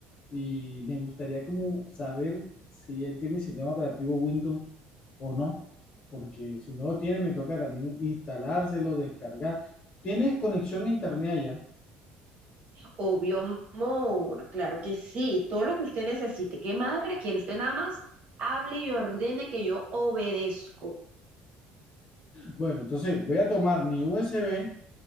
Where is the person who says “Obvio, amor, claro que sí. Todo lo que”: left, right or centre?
Right